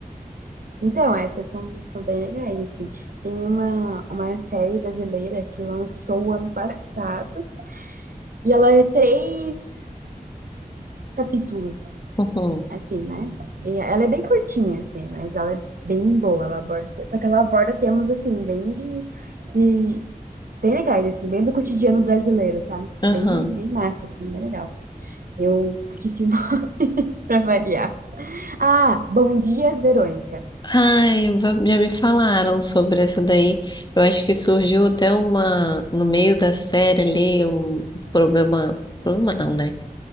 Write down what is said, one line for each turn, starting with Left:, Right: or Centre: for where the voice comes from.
Right: Então, essas são, são bem legais, assim. Tem uma, uma série brasileira que lançou ano passado, E ela é três capítulos,
Left: Uhum.
Right: assim, né? E ela é bem curtinha, assim, mas ela é bem boa. Ela aborda, só que ela aborda temas, assim, bem de, de- bem legais, assim, bem do cotidiano brasileiro, sabe?
Left: Aham.
Right: Bem, bem massa, assim, bem legal. Eu esqueci o <laughs> nome pra variar. Ah, Bom Dia, Verônica.
Left: Ai, va- já me falaram sobre essa daí. Eu acho que surgiu até uma no meio da série ali um problema, problema não, né?